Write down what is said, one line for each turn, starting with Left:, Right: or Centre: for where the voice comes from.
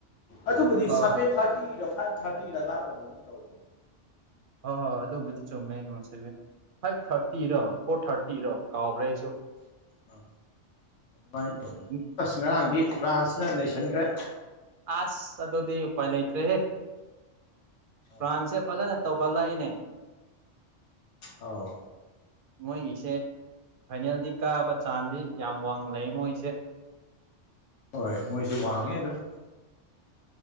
Left: ꯑꯗꯨꯕꯨꯗꯤ
Right: ꯍꯣꯏ
Left: ꯁꯚꯦꯟ ꯊꯥꯔꯇꯤꯗ ꯐꯥꯏꯚ ꯊꯥꯔꯇꯤ ꯔꯗꯥ ꯑꯣꯏꯍꯧꯕꯅ ꯇꯧꯕꯅꯤ
Right: ꯍꯣꯏ ꯍꯣꯏ ꯑꯗꯨꯕꯨꯗꯤ ꯆꯨꯝꯃꯦꯉꯣ ꯁꯦꯚꯦꯟ ꯐꯥꯏꯚ ꯊꯥꯔꯇꯤꯔꯣ ꯐꯣꯔ ꯊꯥꯔꯇꯤꯔꯣ ꯀꯥꯎꯈ꯭ꯔꯦ ꯑꯩꯁꯨ
Left: ꯑ ꯑꯗꯨꯃꯥꯏꯅ ꯑꯣꯏꯅꯤ
Right: ꯎꯝ
Left: ꯑꯁ ꯉꯔꯥꯡꯗꯤ ꯐ꯭ꯔꯥꯟꯁꯅ ꯂꯩꯁꯟꯈ꯭ꯔꯦ
Right: ꯑꯁ ꯑꯗꯨꯗꯤ ꯎꯄꯥꯏ ꯂꯩꯇ꯭ꯔꯦꯍꯦ
Left: ꯑꯧ
Right: ꯐ꯭ꯔꯥꯟꯁꯦ ꯐꯖꯅ ꯇꯧꯒꯠꯂꯛꯏꯅꯦ
Left: ꯑꯥꯎ
Right: ꯃꯣꯏꯒꯤꯁꯦ ꯐꯥꯏꯅꯦꯜꯗꯤ ꯀꯥꯕ ꯆꯥꯟꯁꯤ ꯌꯥꯝ ꯋꯥꯡꯅ ꯂꯩ ꯃꯣꯏꯁꯦ
Left: ꯍꯣꯏ ꯃꯣꯏꯁꯨ ꯋꯥꯡꯉꯦ ꯑꯗꯨꯝ